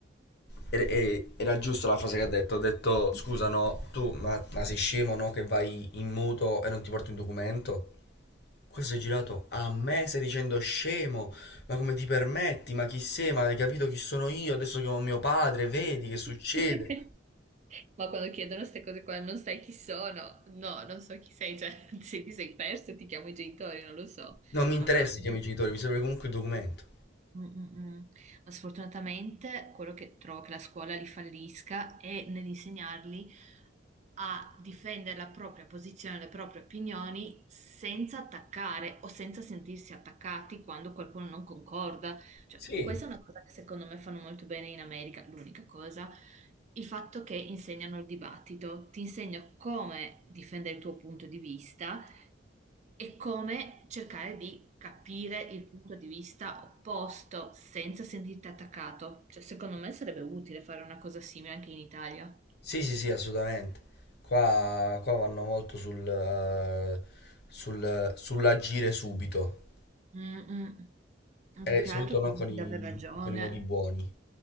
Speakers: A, on the left (about 60°); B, on the right (about 35°).
A: era, e- era giusta la frase che ha detto. Ha detto, scusa, no, tu, ma, ma sei scemo, no, che vai in muto e non ti porti un documento? Questo è girato a me, stai dicendo scemo, ma come ti permetti, ma chi sei, ma hai capito chi sono io, adesso chiamo mio padre, vedi che succede.
B: <laughs> Ma quando chiedono queste cose qua, non sai chi sono? No, non so chi sei, cioè <laughs> se ti sei perso ti chiamo i genitori, non lo so,
A: Non mi interessa
B: ma veramente...
A: chi chiami i genitori, mi serve comunque il documento.
B: Mm, mm, mm. Ma sfortunatamente quello che trovo che la scuola li fallisca è nell'insegnarli a difendere la propria posizione, le proprie opinioni senza attaccare o senza sentirsi attaccati quando qualcuno non concorda. Cioè,
A: Sì,
B: questa è una cosa che secondo me fanno molto bene in America, l'unica cosa, il fatto che insegnano il dibattito, ti insegno come difendere il tuo punto di vista e come cercare di capire il punto di vista opposto senza sentirti attaccato. Cioè, secondo me sarebbe utile fare una cosa simile anche in Italia.
A: Sì, sì, sì, assolutamente. Qua, qua vanno molto sul, eh, sul- sull'agire subito
B: Mm, mm.
A: e
B: Più che
A: soprattutto
B: altro
A: non
B: convinti
A: con i,
B: di aver ragione.
A: con i modi buoni.